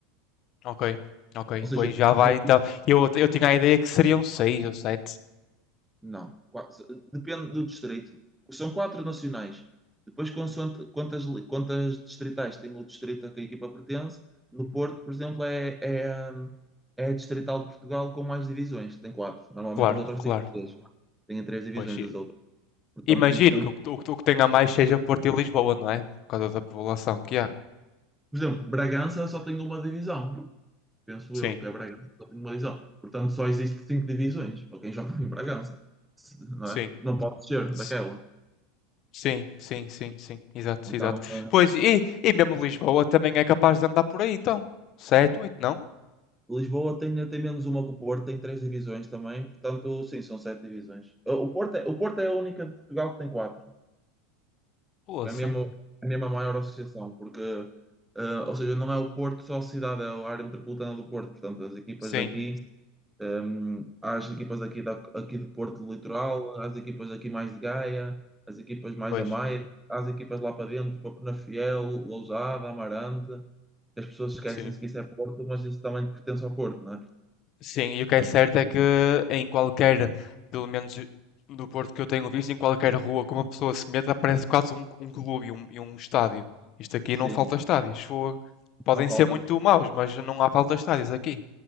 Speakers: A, on the left; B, in the centre.
A: Ok, ok.
B: Ou seja,
A: Pois já vai
B: como é
A: então.
B: que.
A: Eu, eu tinha a ideia que seriam seis ou sete.
B: Não. Qua- Depende do distrito. São quatro nacionais. Depois, consoante quantas, li- quantas distritais tem o distrito a que a equipa pertence, no Porto, por exemplo, é, é, hum, é a distrital de Portugal com mais divisões. Tem quatro. Normalmente
A: Claro,
B: as outras
A: claro.
B: têm três. Têm três divisões
A: Pois
B: as outras. Portanto,
A: imagino
B: tu tens-
A: que o, que- o, que- o que tenha mais seja Porto e Lisboa, não é? Por causa da população que há.
B: Por exemplo, Bragança só tem uma divisão. Penso
A: Sim,
B: eu que a Bragança só tem uma divisão. Portanto, só existem cinco divisões para quem joga em Bragança. Se- Não
A: sim.
B: é? Não pode ser
A: S-
B: daquela.
A: Sim, sim, sim, sim. Exato,
B: Então,
A: exato.
B: eh,
A: Pois, e, e mesmo Lisboa também é capaz de andar por aí, então. Sete, oito, não?
B: Lisboa tem, tem menos uma que o Porto, tem três divisões também, portanto, sim, são sete divisões. Eh, O Porto é, o Porto é a única de Portugal que tem quatro,
A: Poça.
B: é mesmo, é mesmo a maior associação, porque, eh, ou seja, não é o Porto só a cidade, é a área metropolitana do Porto, portanto, as equipas
A: Sim.
B: daqui, ehm, há as equipas aqui, da, aqui de Porto do Litoral, há as equipas aqui mais de Gaia, as equipas mais
A: Pois,
B: da Maia, há as equipas lá para dentro, para Penafiel, Lousada, Amarante, as pessoas esquecem-se
A: sim.
B: que isso é Porto, mas isso também pertence ao Porto, né?
A: Sim, e o que
B: Mas,
A: é certo é que em qualquer, pelo menos do Porto que eu tenho visto, em qualquer rua que uma pessoa se meta, aparece quase um, um clube e um, e um estádio. Isto aqui
B: sim,
A: não falta estádios. Fogo. Podem
B: não faltam.
A: ser muito maus, mas não há falta estádios aqui.